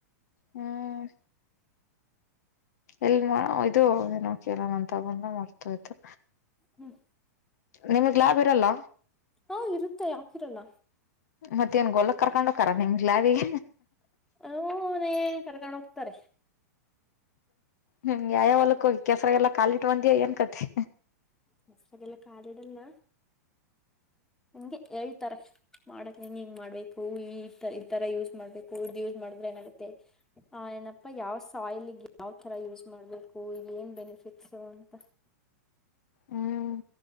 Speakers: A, on the left; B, in the centre.
A: ಹ್ಮ್ ಎಲ್ ಇದು ಏನೋ ಕಲ ನಂತ ಬಂದ ಮರ್ತೋಯ್ತು
B: ಹ್ಮ್
A: ನಿಮಗ್ ಲಾಬ್ ಇರಲ್ಲ
B: ಹಾ ಇರುತ್ತೆ ಯಾಕಿರಲ್ಲ
A: ಮತ್ತ ನ್ ಗೊಲ್ಲಕ್ ಕರ್ಕೊಂಡ ಹಕರ ನಿಮ್ ಲಾಬಿಗ್ಯ್
B: ಹನೇ ಕರ್ಕೊಂಡು ಹೋಗ್ತಾರೆ
A: ಹ್ಮ್ ಯಾಯಾವಲಕ್ಕ ಹೋಗಿ ಕೆಸರ ಎಲ್ಲ ಕಾಲಿಟ್ಟ ಬಂದ ಏನ್ ಕತಿ
B: ಕೆಸರಾ ಗೆಲ್ಲ ಕಾಲಿಡಲ್ಲ ನಂಗೆ ಹೇಳ್ತಾರೆ ಮಾಡಕ್ ನೀಂಗ ಹೆಗ್ ಮಾಡ್ಬೇಕು ಈ ಇ ತರ ಯೂಸ್ ಮಾಡ್ಬೇಕು ಇದ್ ಯೂಸ್ ಮಾಡಿದ್ರೆ ಏನಾಗುತ್ತೆ. ಹಾ ಏನಪ್ಪಾ ಯಾವ ಸ ಆಯಿಲಿಗೆ ಯಾವ್ ತರ ಯೂಸ್ ಮಾಡ್ಬೇಕು ಏನ್ ಬೆನಿಫಿಟ್ಸು ಅಂತ
A: ಹ್ಮ್